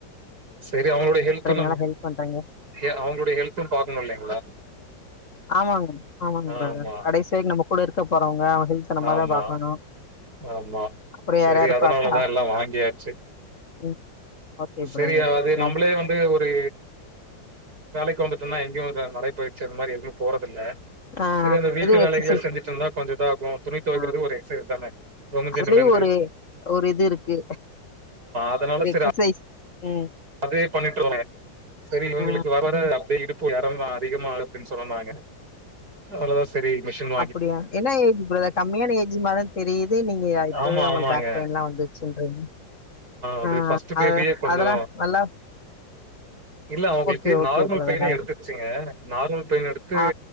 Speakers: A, on the right (about 55°); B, on the left (about 40°).
A: சரி அவங்களுடைய ஹெல்த்து நம்ம
B: நல்லா ஹெல்ப் பண்றீங்க
A: ஹெ அவங்களுடைய ஹெல்த்து பாக்கணு இல்லீங்களா
B: ஆமாங்க ஆமாங்க பிரதர்
A: ஆமா
B: கடைசி வரைக்கு நம்ம கூட இருக்க போறவங்க அவங்க ஹெல்த்த நம்மதா
A: ஆமா
B: பாக்கணு
A: ஆமா
B: அப்புறோ
A: செரி
B: யார் யாரு
A: அதனாலதா
B: பாப்பா
A: எல்லா வாங்கியாச்சு
B: ம் ஓகே
A: செரி
B: பிரதர்
A: அது
B: ஓகே
A: நம்மளே வந்து ஒ ரு வேலைக்கு வந்துட்டுன்னா எங்கேயு நடை பயிற்ச்சி அந்த மாரி எது போறதில்ல
B: ஆ
A: சரி அந்த வீட்டு
B: இது ஒரு
A: வேலைகளை
B: எக்சசைஸ்
A: செஞ்சிட்டு இருந்தா கொஞ்ச இதாகும் துணி துவைக்கறது
B: ஆ
A: ஒரு எக்சசைஸ் தானே ஒன்னு
B: அதுலயு ஒரு
A: <unintelligible>
B: ஒரு இது இருக்கு
A: அதனால
B: ஒரு
A: சரி
B: எக்சைஸ் ம்
A: அதே பண்ணிட்ருந்தே செரி இவங்களுக்கு
B: ஆ
A: வர அப்டியே இடுப் பு <unintelligible> அதிகமாகுதுன்னு சொன்னாங்க அவ்ளோதா சரி மெஷின்
B: அப்டியா என்ன ஏஜ் பிரதர் கம்மியான ஏஜ் மாரிதா தெரியுது நீங்க இப்பவே
A: ஆமா
B: அவுங்களுக்கு
A: ஆமாங்க
B: பேக் பெயின் எல்லா வந்துச்சுன்றீங்க
A: அது
B: ஆ
A: ஃபர்ஸ்ட் பேபியே
B: அதெ
A: கொஞ்சோ
B: அதுலா நல்லா
A: இல்ல அவங்களுக்கு
B: ஓகே
A: நார்மல்
B: ஓகே பிரதர்
A: பெயினே
B: அ
A: எடுத்துருச்சுங்க நார்மல் பெயினெடுத்து
B: ஆ